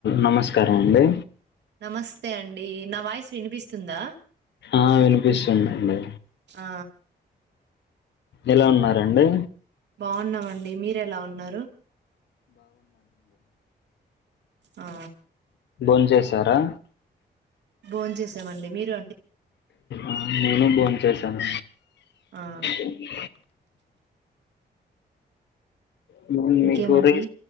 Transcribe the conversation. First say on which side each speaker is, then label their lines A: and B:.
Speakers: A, on the left; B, on the right.
A: నమస్కారం అండి
B: నమస్తే అండి నా వాయిస్ వినిపిస్తుందా
A: ఆ వినిపిస్తుందండి
B: ఆ
A: ఎలా ఉన్నారండి
B: బాగున్నామండి మీరు ఎలా ఉన్నారు ఆ
A: భోంచేసారా
B: భోంచేసామండి మీరు
A: ఆ నేను భోంచేసాను
B: ఆ
A: అండి మీము
B: ఇంకేమండి
A: మీకు రీ